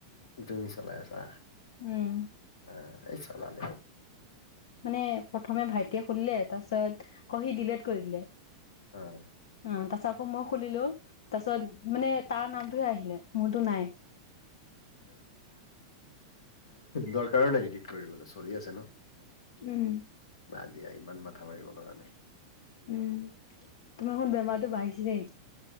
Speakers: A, on the left; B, on the left.
A: তুমি চলাই আছা
B: উম
A: আহ, এই চলালে
B: মানে প্ৰথমে ভাইটিয়ে খুলিলে তাৰ পিছত আকৌ সি দিলেট কৰি দিলে।
A: অ'।
B: অ', তাৰ পাছত আকৌ মই খুলিলো তাৰপিছত তাৰ নামটোহে আহিলে মোৰতো নাই।
A: দৰকাৰো নাই এডিট কৰিবলৈ চলি আছে ন'!
B: উম।
A: বাদ দিয়া ইমান মাথা মৰিব লগা নাই।
B: উম, তোমাৰ <unintelligible> বেমাৰটো বাঢ়িছেই।